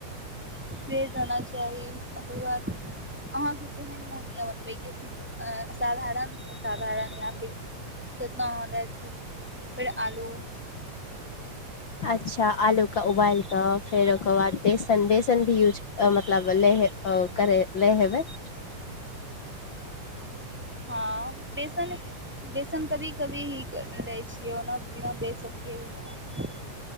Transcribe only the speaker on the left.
अच्छा आलू कऽ उबाल कऽ फेर ओकर बाद बेसन बेसन भी यूज म तलब लेे करे ले हेबै।